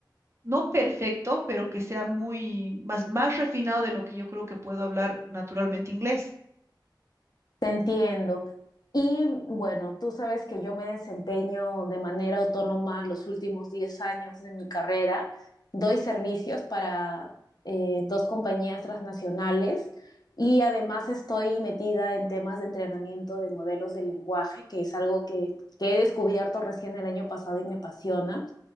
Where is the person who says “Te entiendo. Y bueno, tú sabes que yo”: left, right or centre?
Left